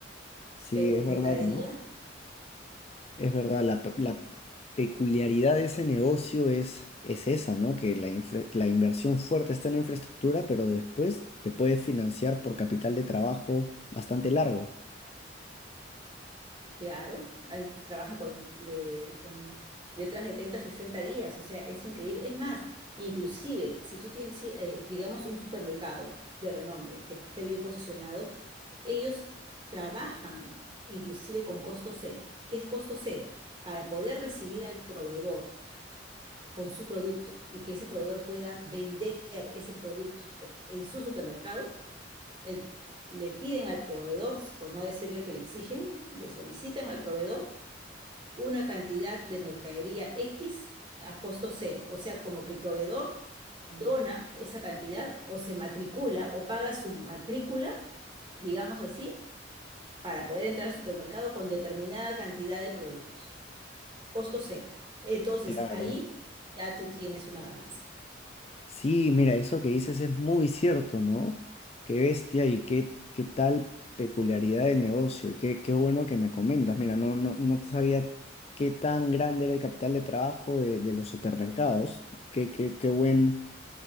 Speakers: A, on the left; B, on the right.
A: Sí,
B: Pero
A: es
B: mercadería
A: verdad, ¿no? Es verdad, la, pe- la peculiaridad de ese negocio es, es esa, ¿no? Que la, infra- la inversión fuerte está en la infraestructura, pero después te puedes financiar por capital de trabajo bastante largo.
B: Claro, ahí se trabajan con, de- con letras de 30 a 60 días, o sea, es increíble. Es más, inclusive, si tú tienes, sí, eh, digamos, un supermercado de renombre que esté bien posicionado, ellos trabajan inclusive con costo cero. ¿Qué es costo cero? Para poder recibir al proveedor con su producto y que ese proveedor pueda vender ese producto en su supermercado, el- le piden al proveedor, por no decirle que le exigen, le solicitan al proveedor una cantidad de mercadería X a costo cero. O sea, como que el proveedor dona esa cantidad o se matricula o paga su matrícula, digamos así, para poder entrar al supermercado con determinada cantidad de productos. Costo cero. Entonces,
A: Claro.
B: ahí ya tú tienes una ganancia.
A: Sí, mira, eso que dices es muy cierto, ¿no? Qué bestia y qué, qué tal peculiaridad del negocio y qué, qué bueno que me comentas. Mira, no, no, no sabía qué tan grande era el capital de trabajo de, de los supermercados. Qué, qué, qué buen,